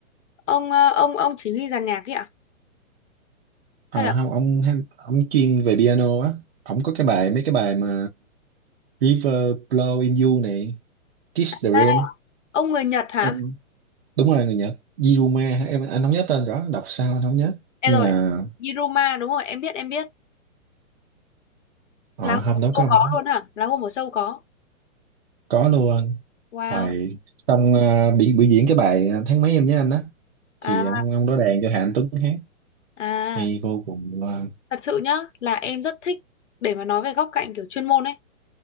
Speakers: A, on the left (about 60°); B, on the right (about 45°).
A: Ông ờ, ông ông chỉ huy dàn nhạc ấy ạ?
B: Ờ
A: Hay là
B: không ông hay- ông chuyên về piano á ông có cái bài mấy cái bài mà River Blow in You này Kiss the Rain
A: À, ông người Nhật hả?
B: em đúng rồi người Nhật Yiruma hả? em anh không nhớ tên rõ đọc sao anh không nhớ
A: Em
B: nhưng
A: rồi,
B: mà
A: Yiruma đúng rồi, em biết em biết.
B: ờ,
A: Là
B: hôm
A: hôm ở
B: đó
A: show
B: có ông
A: có
B: đó.
A: luôn hả? Là hôm ở show có.
B: có luôn
A: Wow.
B: rồi xong ờ, bị biểu diễn cái bài ờ, tháng mấy em nhớ anh á thì
A: À
B: ông ông đó đàn cho Hà Anh Tuấn hát
A: à,
B: hay vô cùng luôn
A: thật sự nhá, là em rất thích để mà nói về góc cạnh kiểu chuyên môn ấy